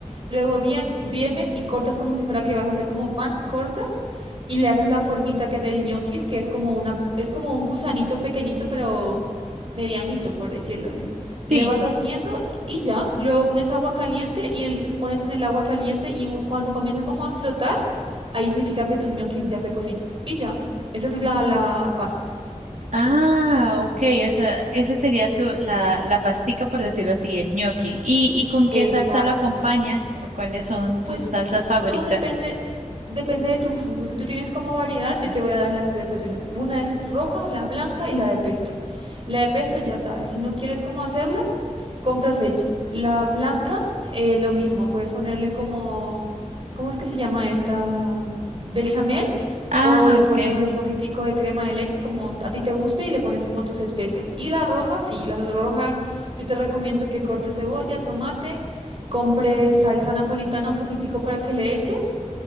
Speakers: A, on the right (about 45°); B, on the right (about 80°).
A: luego bien, vienes y cortas como si fuera que vas a hacer como pan, cortas y le haces la formita que del ñoquis, que es como una, es como un gusanito pequeñito, pero medianito, por decirlo así. Le
B: Sí.
A: vas haciendo y, y ya, luego pones agua caliente y el- pones en el agua caliente y un- cuando comienza como a flotar, ahí significa que tu ñoquis ya se cocinó y ya. Esa es la, la pasta.
B: Ah, ok, esa, ese sería tu, la, la pastica, por decirlo así, el ñoqui. ¿Y, y con qué
A: Exacto.
B: salsa lo acompañas? ¿O cuáles son tus
A: Pues
B: salsas favoritas?
A: todo depende, depende de tus usos. Si tú tienes como variedad, yo te voy a dar las tres opciones. Una es roja, la blanca y la de pesto. La de pesto ya sabes, si no quieres cómo hacerla, Compras hecha. La blanca, eh, lo mismo, puedes ponerle como, ¿cómo es que se llama esta? Bechamel,
B: Ah,
A: o le
B: ok.
A: puedes poner un poquitico de crema de leche como a ti te guste y le pones como tus especias. Y la roja, sí, la roja, yo te recomiendo que cortes cebolla, tomate, compres salsa napolitana un poquitico para que le eches.